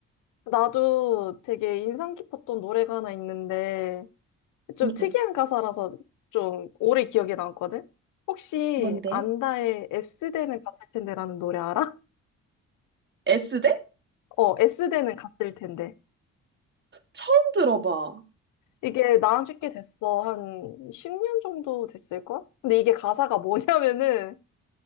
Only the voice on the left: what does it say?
나도 되게 인상 깊었던 노래가 하나 있는데, 좀
특이한
가사라서 좀 오래 기억에 남거든? 혹시
안다의 S대는 갔을 텐데라는 노래 알아?
어, S대는 갔을 텐데.
이게 나온 지 꽤 됐어. 한 10년 정도 됐을걸? 근데 이게 가사가 뭐냐면은